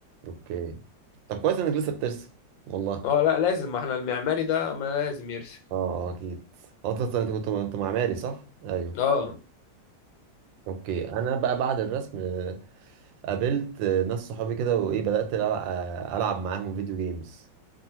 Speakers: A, on the right; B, on the left.
A: اوكي طب كويس انك لسه بترسم والله اه
B: اه لا لازم ما احنا المعماري ده ما لازم يرسم
A: آه، اكيد اه انت أنت كنت انت معماري صح ايوه
B: اه
A: اوكي انا بقى بعد الرسم آه، قابلت آه، ناس صحابي كده وايه بدأت ألع- آه، العب معاهم فيديو جيمز